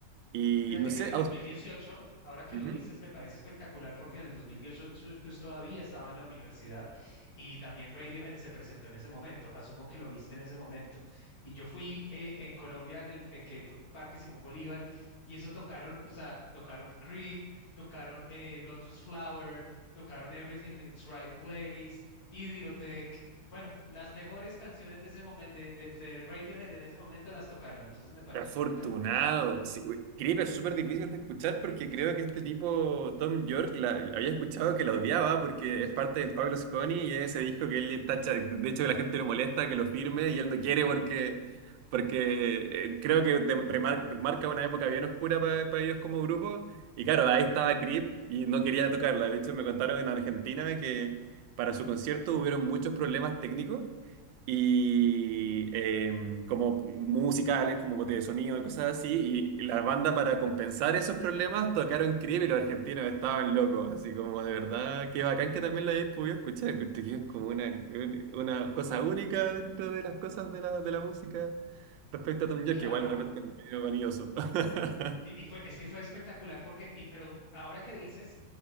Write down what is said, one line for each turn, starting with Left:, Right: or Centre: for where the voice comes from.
Right: Y
Left: Fíjate
Right: no sé,
Left: que en el
Right: a
Left: 2018,
Right: us-
Left: ahora que
Right: Ujú.
Left: lo dices, me parece espectacular porque en el 2018 pues todavía estaba en la universidad y también Radiohead se presentó en ese momento. Asumo que lo viste en ese momento. Y yo fui eh, en Colombia en el eh, que fue el Parque Simón Bolívar y eso tocaron, o sea, tocaron Creep, tocaron eh, Lotus Flower, tocaron Everything in its Right Place, Idiotech. Bueno, las mejores canciones de ese momento de, de de Radiohead en ese momento las tocaron, entonces me pareció
Right: Afortunado.
Left: espectacular.
Right: Sí, güey, Creep es súper difícil de escuchar porque creo que este tipo, Tom York, la, había escuchado que la odiaba porque es parte del Pablo's Honey y ese disco que él tacha. De hecho, la gente lo molesta que lo firme y él no quiere porque, porque eh, creo que te- remar- marca una época bien oscura para ellos como grupo. Y claro, ahí estaba Creep y no quería tocarla. De hecho, me contaron en Argentina que para su concierto hubieron muchos problemas técnicos y em, como musicales, como botes de sonido y cosas así. Y la banda para compensar esos problemas tocaron Creep y los argentinos estaban locos, así como de verdad, qué bacán que también lo hayáis podido escuchar. Encuentro que es como una, un- una cosa única dentro de las cosas de la, de la música respecto a Tom York,
Left: Claro.
Right: que igual de repente es medio vanidoso. <laughs>
Left: Y, y fue, es que fue espectacular porque, y, pero ahora que dices,